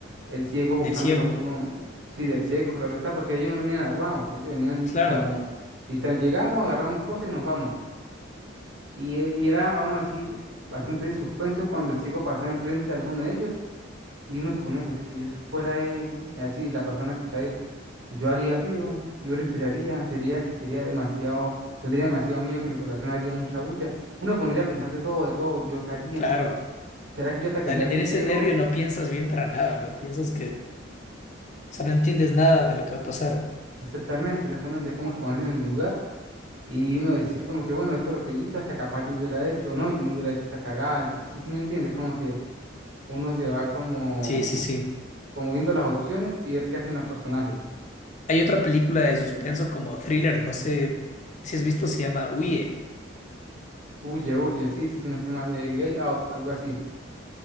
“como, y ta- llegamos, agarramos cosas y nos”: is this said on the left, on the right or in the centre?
Right